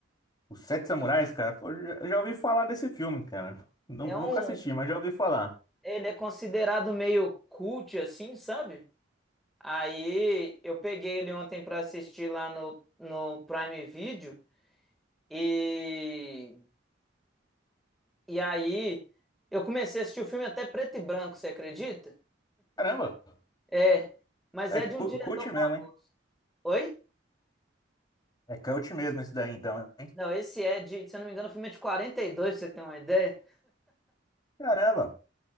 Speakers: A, on the left; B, in the centre.
A: Os Sete Samurais, cara, pô, já, já ouvi falar desse filme, cara. Nu-
B: É
A: Nunca
B: um,
A: assisti, mas já ouvi falar.
B: ele é considerado meio cult assim, sabe? Aí eu peguei ele ontem pra assistir lá no, no Prime Video e e aí eu comecei a assistir o filme até preto e branco, você acredita?
A: Caramba,
B: É, mas
A: é
B: é
A: cu-
B: de um diretor
A: cult mesmo,
B: famoso.
A: hein?
B: Oi?
A: É cult mesmo esse daí, então, hein?
B: Não, esse é de, se eu não me engano, o filme é de 42, pra você ter uma ideia.
A: Caramba,